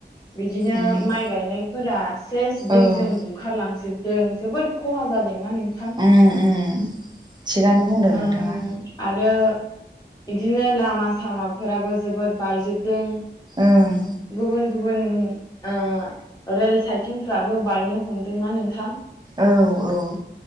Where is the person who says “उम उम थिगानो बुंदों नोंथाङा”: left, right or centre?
Right